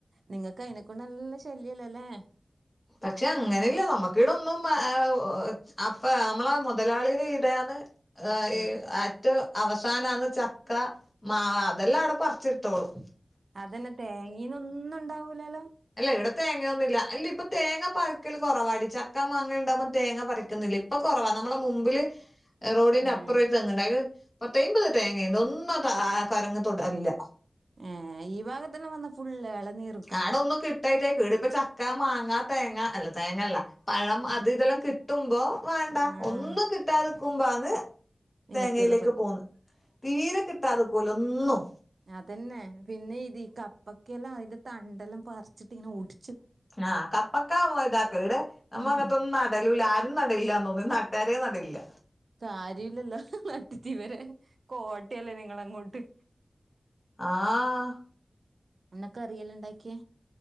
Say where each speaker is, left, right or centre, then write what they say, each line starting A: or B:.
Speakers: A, on the right; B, on the left.
A: നിങ്ങക്ക് അയിനെക്കൊണ്ട് നല്ലെ ശല്യല്ലല്ലേ
B: പക്ഷെഅങ്ങനില്ല നമ്മുക്കിവിടെന്നുംആഹ് അഹ് ഊ ഊ ഊഇ അപ്പെ നമ്മളെ മൊതലാളിടെ ഈടെയാന്ന് ഏഹ്
A: ഉം
B: ഈ ആറ്റോം അവസാന്ന്ചക്ക മാവാ അതെല്ലാം അടെപറിച്ച്ട്ടോളും
A: അതെന്നെ തേങ്ങീന്നൊന്നും ഇണ്ടാവൂലല്ലോ
B: അല്ലഇവിടെ തേങ്ങയൊന്നുല്ല അല്ലി ഇപ്പൊ തേങ്ങപറിക്കൽ കൊറവാടി ചക്കാ മാങ്ങ ഇണ്ടാവുമ്പോ തേങ്ങപറി ക്ക്‌ന്നില്ലെ ഇപ്പകൊറവാ നമ്മുളെ മുമ്പില്റോഡിന്റെ
A: ഉം
B: അപ്പുറെ ഒര്തെങ്ങുണ്ട് അയ്ല് പത്തയ്മ്പത് തേങ്ങയിണ്ട് ഒന്നുംഅത് ആ കൊരങ്ങ് തൊടലില്ല.
A: ഏഹ് ഈഭാഗത്ത്ന്ന് വന്ന്ഫുള്ള്എളനീർ
B: ആടൊന്നും കിട്ടായിട്ടായ്ക്കും ഈട്പ്പോ ചക്ക, മാങ്ങ തേങ്ങഅല്ല തേങ്ങല്ല പഴംഅത്
A: ഉം
B: ഇതെല്ലാം കിട്ടുമ്പോ വാണ്ട
A: ആഹ്
B: ഒന്നും കിട്ടാതെ ക്കുമ്പാന്ന്
A: ഇങ്ങത്തിയെല്ലാം
B: തേങ്ങയിലേക്ക്
A: പറിക്കും
B: പോന്ന് തീരെ കിട്ടാതെക്കൂല ഒന്നും
A: അതെന്നെ പിന്നെ ഇത് ഈ കപ്പക്കെല്ലാം അയ്ന്റെ തണ്ടെല്ലാം പറിച്ചിട്ട് ഇങ്ങനാ ഒടി
B: ആഹ് കപ്പക്ക വ ഇതാക്കും ഇടെ നമ്മ
A: ഉം
B: അങ്ങനത്തൊന്നും ന ടലുല്ല ആരും നടലില്ലാന്ന് തോന്നണ് നട്ടരേ നടലില്ല
A: കാര്യില്ലല്ലോ നട്ടിട്ടിവരെ കോട്ടയല്ലേ നിങ്ങള് അങ്ങോട്ട്
B: ആഹ്
A: എന്ന കറിയല്ല ഇണ്ടാക്കിയേ